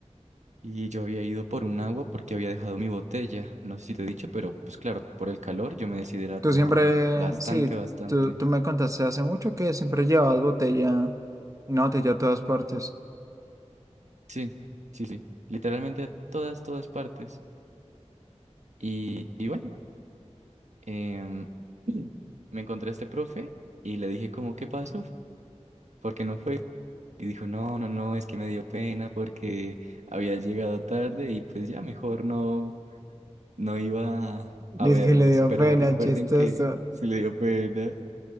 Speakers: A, on the right; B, on the right.
A: Y yo había ido por un agua porque había dejado mi botella. No sé si te he dicho, pero pues claro, por el calor yo me deshidrato
B: Tú siempre,
A: bastante,
B: sí,
A: bastante.
B: tú, tú me contaste hace mucho que siempre llevabas botella, una botella a todas partes.
A: Sí, sí, sí. Literalmente a todas, todas partes. Y, y bueno, em, <clears throat> me encontré a este profe y le dije como, ¿qué pasó? ¿Por qué no fue? Y dijo, no, no, no, es que me dio pena porque había llegado tarde y pues ya mejor no, no iba a,
B: Dice
A: a verlos.
B: que le dio
A: Pero
B: pena,
A: recuerden
B: chistoso.
A: que sí le dio pena.